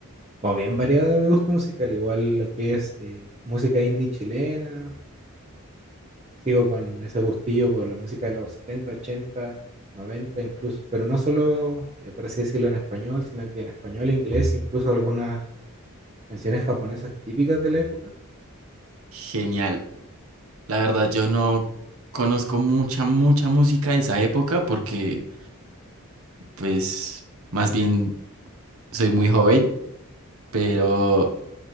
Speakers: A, on the right; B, on the right.
A: como bien variada mi gusto musical, igual lo que es eh, música indie chilena, sigo con ese gustillo por la música de los 70, 80, 90 incluso, pero no solo, eh, por así decirlo, en español, sino que en español, e inglés, incluso algunas canciones japonesas típicas de la época.
B: Genial. La verdad, yo no conozco mucha, mucha música de esa época porque, pues, más bien soy muy joven, pero,